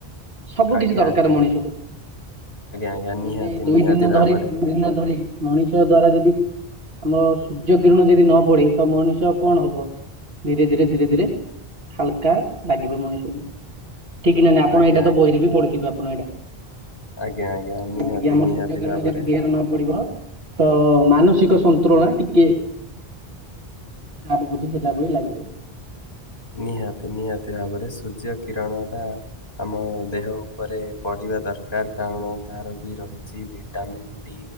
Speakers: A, on the right; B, on the left.
A: ସବୁ
B: ଆଜ୍ଞା
A: କିଛି ଦରକାର
B: ଆଜ୍ଞା ଆଜ୍ଞା ଆଜ୍ଞା
A: ମଣିଷକୁ।
B: ଆଜ୍ଞା ନିହାତି
A: ଯଦି ଦୁଇ
B: ନିହାତି
A: ଦିନ
B: ଭାବରେ
A: ଧରି ତିନି ଦିନ ଧରି ତ ଦ୍ଵାରା ଯଦି ଆମ ସୂର୍ଯ୍ୟ କିରଣ ଯଦି ନ ପଡେ ତ ମଣିଷ କଣ ହବ ଧୀରେ ଧୀରେ ଧୀରେ ଧୀରେ ହାଲକା ଲାଗିବ ମଣିଷକୁ ଠିକ ନା ନାଇଁ ଆପଣ
B: ଆଜ୍ଞା
A: ଏଇଟା ତ
B: ଆଜ୍ଞା
A: ବହିରେ ବି ପଢିଥିବେ ଆପଣ ଏଇଟା।
B: ଆଜ୍ଞା ଆଜ୍ଞା
A: ଯେମିତିକି
B: ନିହାତି
A: ଆମର
B: ନିହାତି
A: ସୂର୍ଯ୍ୟ କିରଣ
B: ଭାବରେ
A: ଯଦି ଦେହରେ ନ ପଡିବ ତ ମାନସିକ ସନ୍ତୁଳନା ଟିକେ ଆ ବୋଧି ହେଲା ଭଳି ଲାଗିବ।
B: ନିହାତି ନିହାତି ଭାବରେ ସୂର୍ଯ୍ୟ କିରଣ ଟା ଆମ ଦେହ ଉପରେ ପଡି ପଡିବା ଦରକାର କାରଣ ତାର ବି ରହିଛି ଭିଟାମିନ୍ <inaudible>